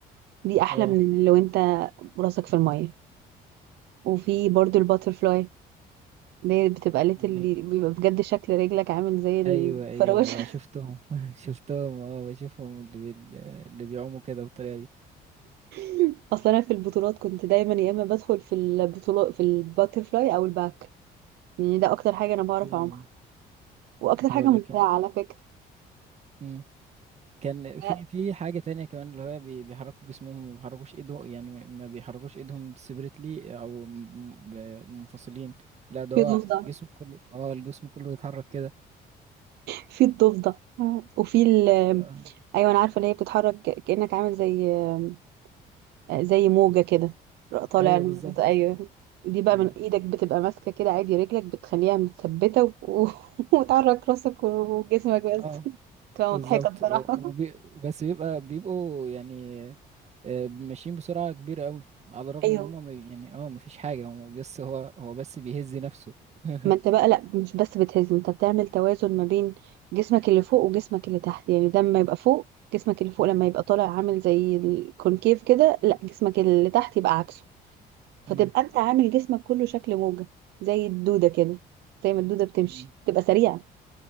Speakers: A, on the right; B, on the right.
A: دي أحلى
B: اه
A: من لو انت راسك في المية وفي برضو الباترفلاي اللي هي بتبقى ليت
B: لا.
A: اللي بيبقى بجد شكل رجلك عامل زي الفراوشة
B: ايوه ايوه شفتهم <laughs> شفتهم اه بشوفهم اللي بي... اللي بيعوموا كده بالطريقه دي
A: <laughs> اصلا انا في البطولات كنت دايما يا اما بدخل في البطولات في الباترفلاي او الباك يعني ده اكتر حاجة انا بعرف
B: في
A: اعومها واكتر
B: اه
A: حاجة
B: لكن
A: ممتعة على فكرة
B: مم. كان في
A: لا،
B: في حاجة تانية كمان اللي هو بي- بيحركوا جسمهم وما بيحركوش ايدهم يعني ما ما بيحركوش ايدهم سيبريتلي او م- ب- منفصلين لا ده
A: في
B: هو
A: ضفدع
B: جسمه كله اه الجسم كله بيتحرك كده
A: في الضفدع وفي ال آه،
B: آه.
A: ايوه انا عارفة اللي هي بتتحرك كأنك عامل زي آه، زي موجة كده طالع
B: ايوه
A: نازل.
B: بالظبط
A: ايوه دي بقى
B: ايوه
A: من ايدك بتبقى ماسكة كده عادي رجلك بتخليها متثبتة و... <laughs> وتحرك راسك وجسمك بس
B: اه
A: بتبقى
B: بالظبط
A: مضحكة بصراحة
B: و- وبي...
A: <laughs>
B: بس بيبقى بيبقوا يعني آه، ماشيين بسرعة كبيرة قوي على الرغم
A: ايوه
B: ان هم يعني اه مفيش حاجة هم بس هو هو بس بيهز نفسه <laughs>
A: ما انت بقى لا مش بس بتهزم انت بتعمل توازن ما بين جسمك اللي فوق وجسمك اللي تحت يعني ده لما يبقى فوق جسمك اللي فوق لما يبقى طالع عامل زي الكونكيف كده لا جسمك اللي تحت يبقى عكسه فتبقى
B: مم.
A: انت عامل جسمك كله شكل موجة زي الدودة كده زي ما الدودة بتمشي
B: مم.
A: تبقى سريعة